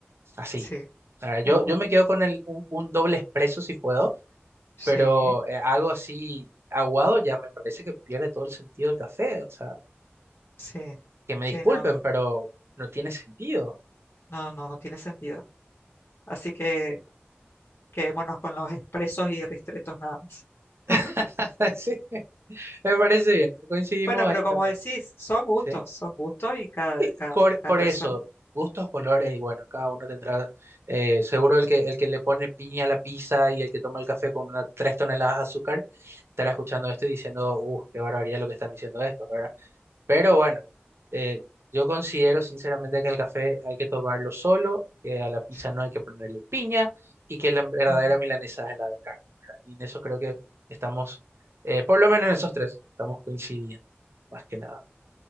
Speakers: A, on the right (about 75°); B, on the left (about 70°).
A: así.
B: Sí,
A: A ver, yo,
B: aguado.
A: yo me quedo con el, un, un doble expreso si puedo,
B: Sí,
A: pero eh, algo así aguado ya me parece que pierde todo el sentido del café. O sea,
B: sí,
A: que me
B: sí,
A: disculpen,
B: no,
A: pero no tiene sentido.
B: no, no, no tiene sentido. Así que quedémonos con los expresos y ristretos nada más. <laughs>
A: <laughs> Sí, me parece bien, coincidimos
B: Bueno, pero
A: ahí
B: como
A: también.
B: decís, son gustos,
A: ¿sí?
B: son gustos y cada,
A: Y
B: cada,
A: cor-
B: cada
A: Por
B: persona.
A: eso, gustos, colores, y bueno, cada uno tendrá, eh, seguro el que, el que le pone piña a la pizza y el que toma el café con unas tres toneladas de azúcar, estará escuchando esto y diciendo, uff, qué barbaridad lo que están diciendo estos, ¿verdad? Pero bueno, eh, yo considero sinceramente que el café hay que tomarlo solo, que a la pizza
B: Sí.
A: no hay que ponerle piña y que la verdadera
B: Mm.
A: milanesa es la de carne, ¿verdad? Y en eso creo que estamos, eh, por lo menos en esos tres, estamos coincidiendo, más que nada.